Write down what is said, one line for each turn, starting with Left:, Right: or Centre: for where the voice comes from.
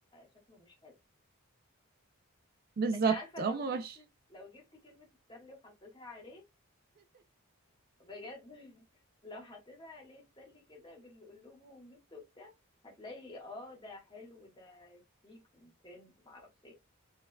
Left: شكله مش حلو
Right: بالظبط
Left: لكن عارفة
Right: هم
Left: لو جبت
Right: مش
Left: لو جبت كلمة استنلي وحطيتها عليه بجد <laughs> لو حطيت عليه السلي كده بالقلوب وجبته وبتاع هتلاقي اه ده حلو ده شيك وترند معرفش ايه